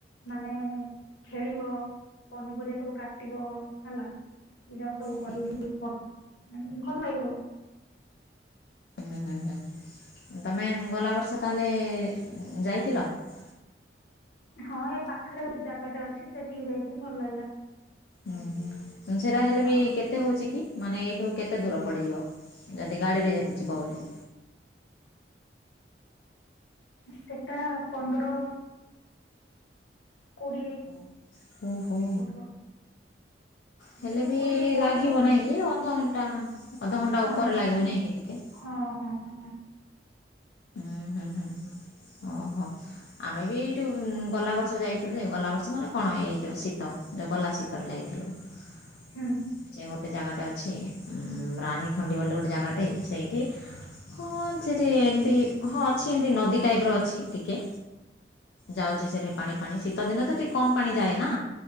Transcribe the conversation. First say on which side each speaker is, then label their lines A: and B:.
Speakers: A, on the left; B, on the left.
A: ମାନେ ଖେଳିବ ପନିପରିବା ସବୁ କାଟିବ ହେଲା। ଏଟାକ ସବୁ କରିକି
B: ଠିକ୍
A: ଭଲ ଲାଗିବ।
B: ହୁଁ ହୁଁ ହୁଁ। ତମେ ଗଲା ବର୍ଷ ତାହେଲେ ଯାଇଥିଲ? ହୁଁ
A: ହଁ ଏ ପାଖରେ ଗୋଟେ ଜାଗାଟେ ଅଛି ସେଠିକି ଯାଇଥିଲି ଭଲ ଲାଗିଲା।
B: ହୁଁ ହୁଁ ସେଟା ହେଲେ
A: ହଁ
B: ବି କେତେ ହଉଚି କି ମାନେ ଏଇ। ତମକୁ କେତେ ଦୂର ପଡ଼ିଯିବ ଯଦି ଗାଡ଼ିରେ ଯଦି ଯିବ ବୋଲି?
A: ସେଟା ପନ୍ଦର କୋଡିଏ
B: ଓହୋ ହୋ।
A: ହଉଥିବ। ପନ୍ଦର
B: ହେଲେ ବି
A: କୋଡିଏ କୋଡିଏ
B: ଲାଗିବ
A: ତ ହଉଥିବ
B: ନା କି ଅଧଘଣ୍ଟା ଅଧଘଣ୍ଟା
A: ହଁ
B: ଉପରେ ଲାଗିବ ନାହିଁ କି ଟିକେ।
A: ହଁ ହଁ ହଁ
B: ହୁଁ ହୁଁ ହୁଁ ଓହୋ। ଆମେ ବି ଏଇଠୁ ଗଲା ବର୍ଷ ଯାଇଥିଲୁ ଯେ ଗଲା ବର୍ଷ ମାନେ କଣ ଏଇ ଯୋଉ ଶୀତ ଯୋଉ ଗଲା ଶୀତରେ ଯାଇଥିଲୁ। <unintelligible>
A: ହୁଁ
B: ଗୋଟେ ଜାଗାଟେ ଅଛି ରାନୀ ଖଣ୍ଡି ବୋଲି ଗୋଟେ ଜାଗାଟେ ସେଇଠି ହଁ ସେଠି ଏମତି ହଁ ଅଛି ଏମତି ନଦୀ ଟାଇପ ର ଅଛି। ଟିକେ ଯାଉଚି ସେଠି ପାଣି ପାଣି ଶୀତଦିନ ତ ଟିକିେ କମ୍ ପାଣି ଯାଏ ନା।